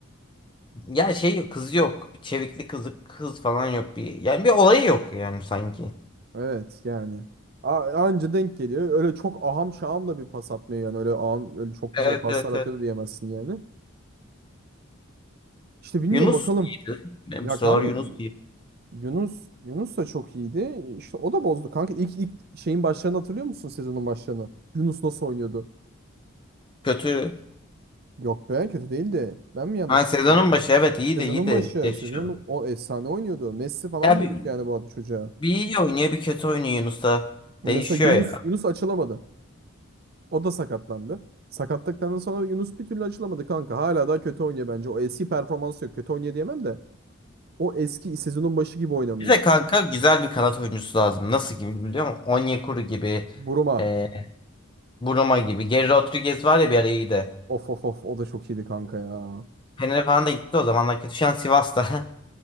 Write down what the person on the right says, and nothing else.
Evet yani. A- Anca denk geliyor. Öyle çok aham şaham da bir pas atmıyor yani. Öyle aham öyle çok güzel
paslar
atıyordu
diyemezsin yani. İşte bilmiyorum
bakalım.
Ya
kanka
Yunus Yunus da çok iyiydi. İşte o da bozdu kanka. İlk ilk şeyin başlarını hatırlıyor musun sezonun başlarını? Yunus nasıl oynuyordu?
Yok be kötü değildi. Ben mi yanlış
hatırlıyorum?
Sezonun
başı,
sezonun o efsane oynuyordu. Messi falan
diyorduk
yani bu adı çocuğa.
Mesela
Yunus
Yunus açılamadı. O da sakatlandı. Sakatlıktan sonra Yunus bir türlü açılamadı kanka. Hala daha kötü oynuyor bence. O eski performansı yok. Kötü oynuyor diyemem de. O eski sezonun başı gibi oynamıyor.
Buruma.
Of of of o da çok iyiydi kanka ya.